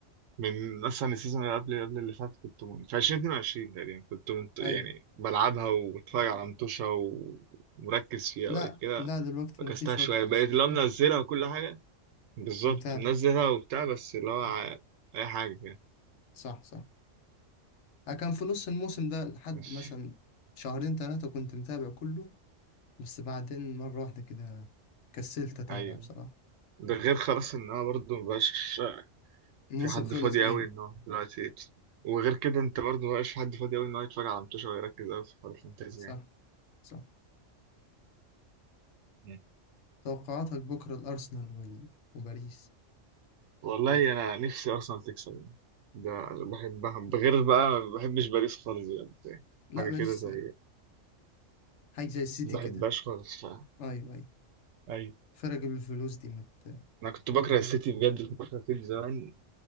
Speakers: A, on the right; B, on the left.
A: من مثلا السيزون اللي قبل قبل اللي فات كنت من... في 2022 تقريبا كنت منت... يعني
B: ايوه
A: بلعبها وبتفرج على متوشة و- ومركز فيها
B: لا
A: بعد كده
B: لا دلوقتي
A: فكستها
B: مفيش
A: شوية
B: وقت اصلا
A: بقيت اللي هو منزلها وكل حاجة بالظبط
B: متابع
A: منزلها وبتاع بس اللي هو ع- أي حاجة كده
B: صح صح أنا كان في نص الموسم ده لحد
A: بس
B: مثلا شهرين ثلاثة كنت متابع كله بس بعدين مرة واحدة كده كسلت اتابع
A: أيوة
B: بصراحة
A: ده غير خلاص إن أنا برضه مبقاش
B: الموسم
A: في حد
B: خلص
A: فاضي
B: ايوه
A: أوي إن هو دلوقتي يت- وغير كده أنت برضه مبقاش في حد فاضي أوي إن هو يتفرج على متوشة ويركز أوي في حوار الفانتازيا
B: صح صح
A: يعني
B: توقعاتك بكرة الارسنال وال... وباريس
A: والله انا نفسي ارسنال تكسب يعني ده بحبها بغير بقى ما بحبش باريس خالص بجد يعني.
B: لا
A: حاجه
B: باريس
A: كده زي
B: آه، حاجة زي السيتي
A: ما
B: كده
A: بحبهاش خالص ف...
B: ايوه ايوه
A: ايوه
B: فرق بالفلوس دي مت...
A: انا كنت بكره السيتي بجد كنت بكره السيتي زمان